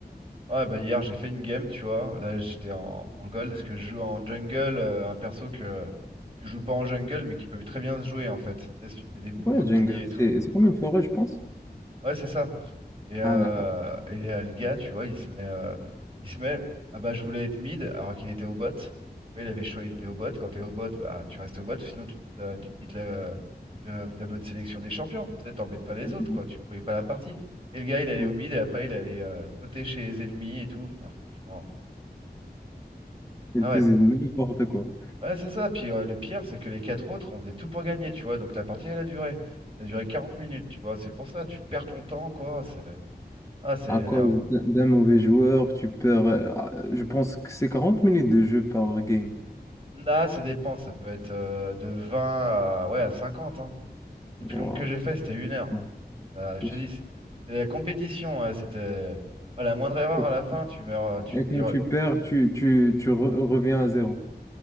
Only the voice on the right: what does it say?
ouais, bah hier j'ai fait une game, tu vois. Là j'étais en, en gold parce que je joue en jungle, euh, un perso que, que tu joues pas en jungle mais qui peut très bien se jouer en fait. Tu sais, si tu fais des moves
au
petit
et tout.
Ouais, c'est ça. Et, euh,
et euh, le gars, tu vois, il se met, euh, il se met, ah bah je voulais être mid alors qu'il était au bot. Tu vois, il avait choisi, il était au bot. Quand t'es au bot, bah tu restes au bot, sinon tu quittes, euh, tu quittes le, le tableau de sélection des champions. Tu sais, t'embêtes pas les
autres, quoi. Tu pourrais pas la partie. Et le gars, il allait
au mid et après il allait euh, sauter chez les ennemis et tout. Enfin, franchement,
ah
ouais,
ouais, c'est ça. Puis euh, le pire, c'est que les quatre autres, on faisait tout pour gagner, tu vois. Donc la partie, elle a duré. Ça a duré 40 minutes, tu vois. C'est pour ça, tu perds ton temps, quoi. C'est, ah, c'est
énervant.
Là, ça dépend, ça peut être euh, de 20 à, ouais, à cinquante Hein. Les plus
longues que j'ai
fait, c'était une heure.
Euh, je
te
dis, c'est c'est la compétition, ouais, c'était. Ah, la moindre erreur
à la fin, tu meurs. euh, Tu,
ça
dure-